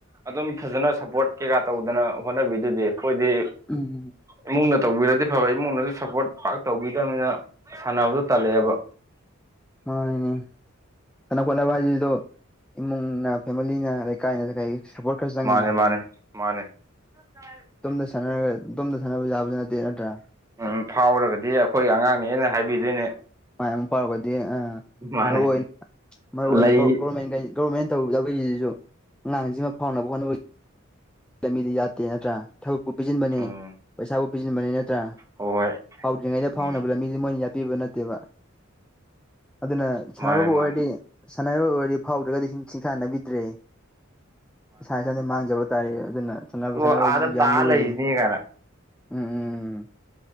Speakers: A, on the right; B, in the centre.
A: ꯑꯗꯨꯝ ꯐꯖꯅ ꯁꯞꯄꯣꯔꯠ ꯀꯩꯀꯥ ꯇꯧꯗꯅ ꯍꯣꯠꯅꯕꯤꯗꯨꯗꯤ ꯑꯩꯈꯣꯏꯗꯤ
B: ꯎꯝ
A: ꯏꯃꯨꯡꯅ ꯇꯧꯕꯤꯔꯗꯤ ꯐꯕ ꯏꯃꯨꯡꯅꯁꯨ ꯁꯞꯄꯣꯔꯠ ꯄꯥꯛ ꯇꯧꯕꯤꯗꯕꯅꯤꯅ ꯁꯥꯟꯅꯕꯗ ꯇꯜꯂꯛꯑꯦꯕ
B: ꯃꯥꯣꯏꯅꯦ ꯁꯥꯟꯅ ꯈꯣꯠꯅꯕ ꯍꯥꯏꯁꯤꯗ ꯏꯃꯨꯡꯅ ꯐꯦꯃꯤꯂꯤꯅ ꯂꯩꯀꯥꯏꯅ ꯀꯩ ꯁꯞꯄꯣꯔꯠ ꯈꯔꯁꯨ ꯆꯪꯉꯤꯅ
A: ꯃꯥꯅꯦ ꯃꯥꯅꯦ ꯃꯥꯅꯦ <inaudible>
B: ꯇꯣꯝꯗ ꯁꯥꯟꯅꯔ ꯇꯣꯝꯗ ꯁꯥꯟꯅꯕ ꯌꯥꯕꯗꯤ ꯅꯠꯇꯦ ꯅꯠꯇ꯭ꯔꯥ
A: ꯎꯝ ꯐꯥꯎꯔꯒꯗꯤ ꯑꯩꯈꯣꯏ ꯑꯉꯥꯡꯅꯦꯩꯅ ꯍꯥꯏꯕꯤꯗꯣꯏꯅꯦ
B: ꯃꯥꯏ ꯑꯃ ꯐꯥꯎꯔꯒꯗꯤ
A: ꯃꯥꯅꯦ
B: ꯃꯔꯨ ꯃꯔꯨ ꯑꯣꯏꯅ
A: ꯂꯩ
B: ꯒꯣꯔꯃꯦꯟꯒ ꯒꯣꯣꯔꯔꯃꯦꯟ ꯇꯧꯔꯗꯕꯒꯤꯁꯤꯁꯨ ꯑꯉꯥꯡꯁꯤꯃ ꯐꯥꯎꯅꯕ ꯍꯣꯠꯅꯕ ꯂꯝꯕꯤꯗꯤ ꯌꯥꯠꯇꯦ ꯅꯠꯇ꯭ꯔꯥ ꯊꯕꯛꯄꯨ ꯄꯤꯁꯤꯟꯕꯅꯦ
A: ꯎꯝ
B: ꯄꯩꯁꯥꯕꯨ ꯄꯤꯁꯤꯟꯕꯅꯤ ꯅꯠꯇ꯭ꯔꯥ
A: ꯍꯣꯏ ꯍꯣꯏ
B: ꯐꯥꯎꯗ꯭ꯔꯤꯉꯩꯗ
A: ꯎꯝ
B: ꯐꯥꯎꯅꯕ ꯂꯝꯕꯤꯁꯦ ꯃꯣꯏꯅ ꯌꯥꯄꯤꯕ ꯅꯠꯇꯦꯕ ꯑꯗꯨꯅ ꯁꯥꯟꯅꯕꯕꯨ
A: ꯃꯥꯅꯦ
B: ꯑꯣꯏꯔꯗꯤ
A: ꯃꯥꯅꯦ
B: ꯁꯥꯟꯅꯕ ꯑꯣꯏꯔꯗꯤ ꯐꯥꯎꯗ꯭ꯔꯒꯗꯤ ꯁꯤꯡꯊꯥꯅꯕꯤꯗ꯭ꯔꯦ ꯏꯁꯥ ꯏꯁꯥꯗ ꯃꯥꯡꯖꯕ ꯇꯥꯔꯦ ꯑꯗꯨꯅ ꯁꯥꯟꯅꯕ
A: ꯑꯣ
B: ꯁꯥꯟꯅꯔꯣꯏꯁꯤꯁꯨ
A: ꯑꯥꯗ ꯇꯥ
B: ꯌꯥꯝ ꯂꯨꯔꯤꯅꯤ
A: ꯂꯩꯅꯤ ꯀꯅꯥ
B: ꯎꯝ ꯎꯝ ꯎꯝ